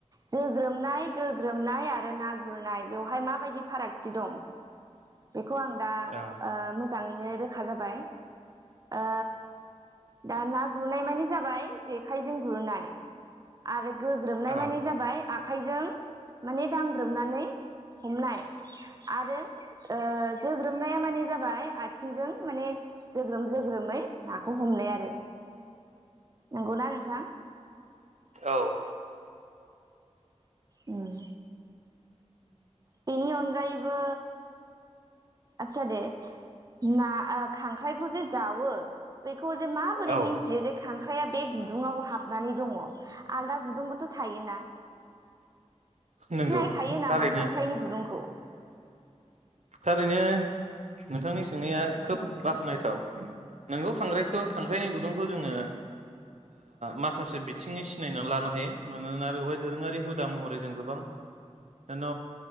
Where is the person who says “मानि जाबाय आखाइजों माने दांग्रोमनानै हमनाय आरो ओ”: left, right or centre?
Right